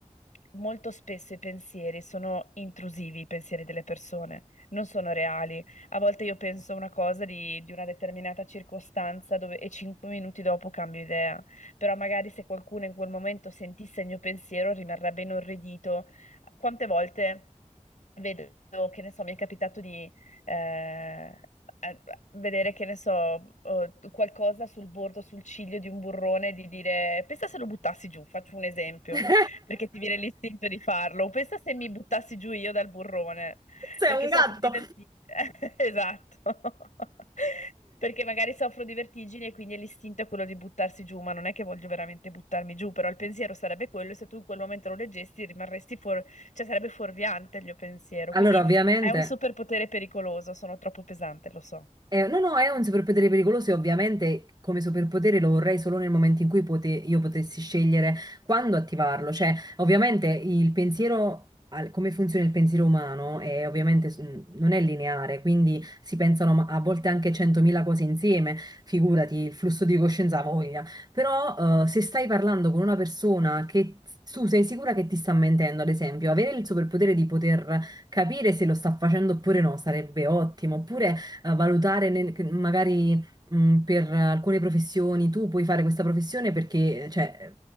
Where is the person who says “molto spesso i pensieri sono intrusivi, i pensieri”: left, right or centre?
Left